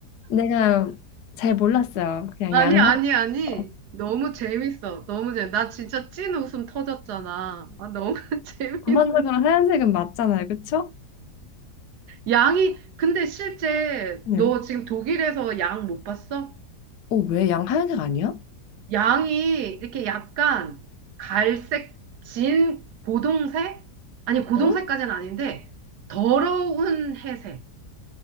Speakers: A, on the left; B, on the right.
A: 내가 잘 몰랐어요. 그냥
B: 아니,
A: 양
B: 아니,
A: 샀어.
B: 아니. 너무 재밌어. 너무 재밌어. 나 진짜 찐 웃음 터졌잖아. 아, 너무 <laughs> 재밌네.
A: 전반적으로 하얀색은 맞잖아요, 그쵸?
B: 양이, 근데 실제
A: 네.
B: 너 지금 독일에서 양 못 봤어?
A: 어, 왜 양 하얀색 아니야?
B: 양이 이렇게 약간 갈색, 진 고동색? 아니, 고동색까지는
A: 응?
B: 아닌데, 더러운 회색.